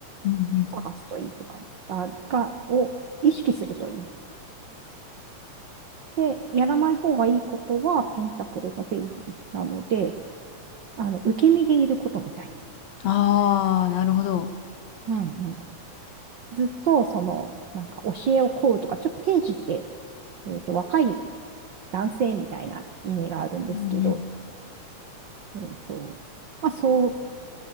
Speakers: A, on the left (about 65°); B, on the right (about 70°).
A: うんうん。
B: 探すといいって感じあが、を意識するといい。で、やらない方がいいことは、ペンタクルのページなので、あの、受け身でいることみたい
A: ああ、なるほど。
B: な。うんうんずっと、その、なんか教えを請うとか、ちょっとページって、えっと、若い男性みたいな意味があるんですけど、
A: うんうん。
B: えっと、まあ、そう、